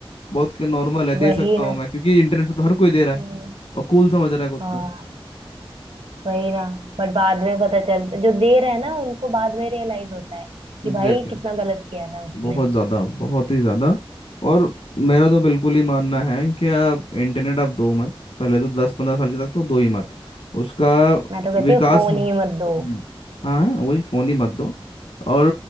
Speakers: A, on the left; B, on the right.
A: बहुत नॉर्मल है दे
B: वही
A: सकता
B: ना
A: हूँ मैं क्योंकि इंटरनेट पे तो हर कोई दे रहा है
B: हम्म,
A: और कूल समझ रहा है खुद
B: हाँ
A: को
B: वही ना बट बाद में पता चल जो दे रहे हैं ना उनको बाद में रियलाइज होता है कि
A: एग्जैक्टली
B: भाई कितना गलत किया था उसने
A: बहुत ज़्यादा बहुत ही ज़्यादा और मेरा तो बिल्कुल ही मानना है कि आप इंटरनेट आप दो मत पहले तो दस पंद्रह साल के तक तो दो ही मत उसका
B: मैं तो कहती
A: विकास
B: हूँ फोन
A: हाँ
B: ही मत दो
A: हम्म, हाँ हाँ, वही फ़ोन ही मत दो और